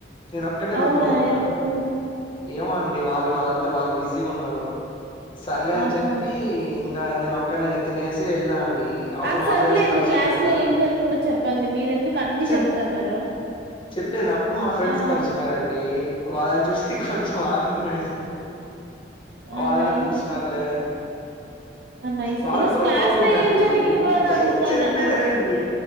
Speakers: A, on the left; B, on the right.
A: నేనొక్కన్నే
B: అవునా
A: రూమ్లో ఉన్నా.
B: ఎందుకు
A: ఏమో అండి వాళ్ళు వాళ్ళందరూ వాళ్ళు బిజీగా ఉన్నారు, సర్లే అని
B: ఆహా
A: చెప్పి ఇ ఇంకా నేను ఒక్కడ్నే ఇగ తినేసి వెళ్నా అండి. అప్పుడు
B: ఆ సర్లేండి
A: మా ఫ్రెండ్స్ పరిచయం
B: క్లాస్లో
A: అయినారు
B: ఏం జరిగిందో చెప్పండి మీరెందుకు అన్ని
A: చెప్
B: చెప్తన్నారు
A: చెప్పాను అప్పుడు మా ఫ్రెండ్స్
B: ఆ
A: పరిచయమయ్యారు అం ండి వాళ్ళను చూసి కొంచెం ఆనందం ఏసిం
B: ఆ
A: వాళ్ళన్నా
B: నైస్
A: పిలిచినారులే అని.
B: ఆ నైస్
A: వాళ్ళ
B: ఈరోజు
A: మీద కూడా
B: క్లాస్
A: కోపం
B: లో
A: ఉందండి
B: ఏం జరిగింది అని అడుగుతాన్నాను
A: చెప్పేది వినండి